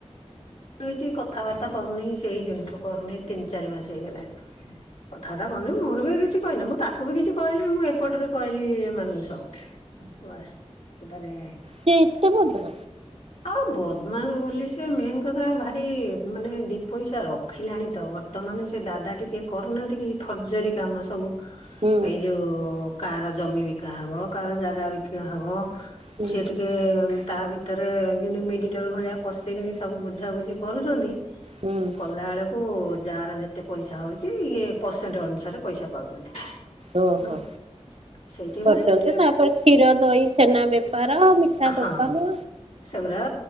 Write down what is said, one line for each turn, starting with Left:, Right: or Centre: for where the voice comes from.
Left: ହେଇଛି କଥାବାର୍ତ୍ତା କରୁନି ସେଇ ଦିନଠୁ କରୁନି ତିନି ଚାରି ମାସ ହେଇଗଲାଣି। କଥାବାର୍ତ୍ତା କରୁନି ମୋର ବି କିଛି କହିଲେ ମୁଁ ତାକୁ ବି କିଛି କହିଲି ମୁଁ ଏପଟରେ କହିଲି ମାନେ ସ ବାସ୍। ତାରେ।
Right: ସେ ଏତେ ବୋଧେ
Left: ହଁ ବଦମାସ ବୋଲି ସେ ମେନ୍ କଥା ଭାରି ମାନେ ଦି ପଇସା ରଖିଲାଣି ତ ବର୍ତ୍ତମାନ ସେ ଦାଦା ଟିକେ କରୁନାହାନ୍ତି କି ଫର୍ଜରୀ କାମ ସବୁ
Right: ହୁଁ
Left: ଏଇ ଯୋଉ କାହାର ଜମି ବିକା ହବ କାହାର ଜାଗା ବିକା ହବ।
Right: ହୁଁ
Left: ସିଏ ଟିକେ ତା ଭିତରେ ଯେମିତି ମିଡ଼ିଏଟର ଭଳିଆ ପଶିକି ସବୁ ବୁଝାବୁଝି କରୁଛନ୍ତି।
Right: ହୁଁ
Left: କଲା ଆଳ ଓ ଯାର ଯେତେ ପଇସା ହେଉଛି ଇଏ ପରସେଣ୍ଟ ଅନୁସାରେ ପଇସା ପାଉଛନ୍ତି।
Right: ଓହୋ
Left: ହଁ ସେଇଥିପାଇଁ
Right: କରୁଛନ୍ତି
Left: ଟିକେ
Right: ତାପରେ କ୍ଷୀର ଦହି ଛେନା ବେପାର <inaudible> ମିଠା
Left: ହଁ
Right: ଦୋକାନ
Left: ସବରା